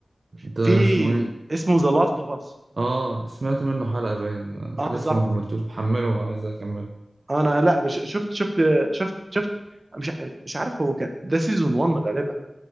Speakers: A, on the right (about 60°); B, on the right (about 40°).
A: ده
B: في
A: اسمه ايه
B: اسمه ذا لاست اوف اس
A: اه سمعت منه حلقة باين آه،
B: اه بالظبط
A: لسه ما كملتوش محمله وعايز اكمله
B: انا لا بش- شفت شفت شفت شفت مش ع- مش عارف هو كان ده سيزون 1 غالبا